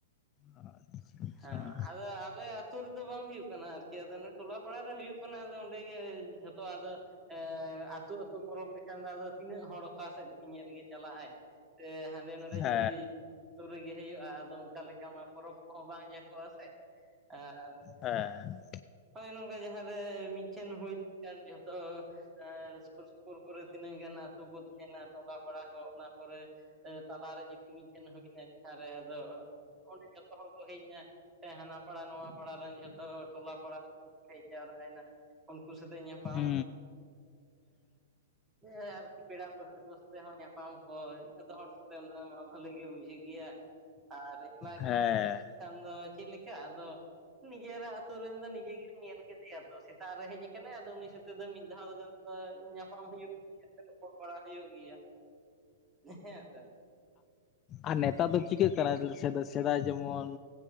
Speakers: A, on the left; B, on the right.
A: ᱟᱪᱪᱷᱟ᱾ ᱟᱪᱪᱷᱟ
B: ᱦᱮᱸ ᱟᱫᱚ ᱟᱞᱮ ᱟᱞᱮ ᱟᱹᱛᱩ ᱨᱮᱫᱚ ᱵᱟᱝ ᱦᱩᱭᱩᱜ ᱠᱟᱱᱟ ᱟᱨᱠᱤ ᱟᱫᱚ ᱴᱚᱞᱟ ᱯᱟᱲᱟ ᱨᱮ ᱦᱩᱭᱩᱜ ᱠᱟᱱᱟ ᱟᱫᱚ ᱚᱸᱰᱮ ᱜᱮ ᱡᱷᱚᱛᱼᱼ ᱛᱚ ᱟᱫᱚ ᱟᱹᱛᱩ ᱯᱚᱨᱚᱵᱽ ᱞᱮᱠᱟᱱ ᱫᱚ ᱟᱫᱚ ᱛᱤᱱᱟᱹᱜ ᱦᱚᱲ ᱚᱠᱟ ᱥᱮᱫ ᱜᱮ ᱧᱮᱞ ᱜᱮ ᱪᱟᱞᱟᱜᱼᱟᱭ᱾ ᱛᱮ ᱦᱟᱸᱰᱮ ᱱᱟᱰᱮ
A: ᱦᱮᱸ
B: ᱡᱩᱫᱤᱼᱼ
A: ᱦᱮᱸ
B: ᱟᱹᱛᱩ ᱨᱮᱜᱮ ᱦᱩᱭᱩᱜᱼᱟ ᱟᱫᱚ ᱚᱱᱠᱟ ᱞᱮᱠᱟ ᱢᱟ ᱯᱚᱨᱚᱵᱽ ᱠᱚᱦᱚᱸ ᱵᱟᱝ ᱡᱟᱠᱚᱜᱼᱟ ᱥᱮ ᱟᱨᱼᱼ
A: ᱦᱮᱸ᱾
B: ᱱᱚᱜ-ᱚᱭ ᱱᱚᱝᱠᱟ ᱡᱟᱦᱟᱸᱨᱮ ᱢᱤᱫᱴᱷᱮᱱ ᱦᱩᱭ ᱞᱮᱱᱠᱷᱟᱱ ᱡᱷᱚᱛᱚᱼᱼ ᱟᱨ ᱥᱩᱨ ᱥᱩᱯᱩᱨ ᱠᱚᱨᱮ ᱛᱤᱱᱟᱹᱜ ᱜᱟᱱ ᱟᱹᱛᱩ ᱠᱚ ᱛᱟᱦᱮᱱᱟ ᱴᱚᱞᱟ ᱯᱟᱲᱟ ᱠᱚ ᱚᱱᱟ ᱠᱚᱨᱮᱼᱼ ᱛᱟᱞᱟᱨᱮ ᱡᱩᱫᱤ ᱢᱤᱫᱴᱮᱱ ᱦᱩᱭᱱᱟ ᱡᱟᱦᱟᱸᱮ ᱟᱫᱚᱼᱼ ᱚᱸᱰᱮ ᱡᱚᱛᱚ ᱦᱚᱲ ᱠᱚ ᱦᱮᱡ ᱮᱱᱟ ᱥᱮ ᱦᱟᱱᱟ ᱯᱟᱲᱟ ᱱᱚᱣᱟ ᱯᱟᱲᱟ ᱨᱮᱱ ᱡᱷᱚᱛᱚ ᱴᱚᱞᱟᱼᱼ ᱠᱚᱲᱟ ᱠᱚ ᱦᱮᱡ ᱡᱟᱣᱨᱟᱜ ᱭᱮᱱᱟ ᱩᱱᱠᱩ ᱥᱟᱛᱮ ᱧᱟᱯᱟᱢ,
A: ᱦᱩᱸ
B: ᱦᱮᱸ ᱟᱨᱠᱤ ᱯᱮᱲᱟ ᱯᱟᱹᱲᱦᱟᱹ ᱠᱚ ᱥᱟᱛᱮᱜ ᱦᱚᱸ ᱧᱟᱯᱟᱢ ᱠᱚ ᱡᱚᱛᱚ ᱦᱚᱲ ᱥᱟᱛᱮ ᱩᱱᱟᱹᱜ ᱢᱟ ᱵᱟᱹᱟᱞᱤ ᱜᱮ ᱵᱩᱡᱷᱟᱹᱜ ᱜᱮᱭᱟ᱾ ᱟᱨ ᱮᱠᱞᱟᱠᱞᱟ
A: ᱦᱮᱸ
B: ᱠᱷᱟᱱ ᱫᱚ ᱪᱮᱫᱞᱮ ᱞᱮᱠᱟ ᱟᱫᱚ ᱱᱤᱡᱮᱨᱟᱜ ᱟᱹᱛᱩ ᱨᱮᱱᱼᱼ ᱱᱤᱡᱮ ᱜᱮᱢ ᱧᱮᱞ ᱠᱮᱫᱮᱭᱟ ᱛᱚ ᱥᱮᱛᱟᱜ ᱨᱮ ᱦᱮᱡ ᱟᱠᱟᱱᱟᱭ ᱟᱫᱚ ᱩᱱᱤ ᱥᱟᱛᱮ ᱫᱚ ᱢᱤᱫ ᱫᱷᱟᱣ ᱜᱟᱱᱫᱚ ᱧᱟᱯᱟᱢ ᱦᱩᱭᱩᱜ ᱨᱚᱯᱚᱲ ᱵᱟᱲᱟ ᱦᱩᱭᱩᱜ ᱜᱮᱭᱟ ᱦᱮᱸ ᱥᱮ᱾
A: ᱟᱨ ᱱᱮᱛᱟᱨ ᱫᱚ ᱪᱤᱠᱟᱹᱜ ᱠᱟᱱᱟ ᱥᱮᱫᱟᱭ ᱡᱮᱢᱚᱱᱼᱼ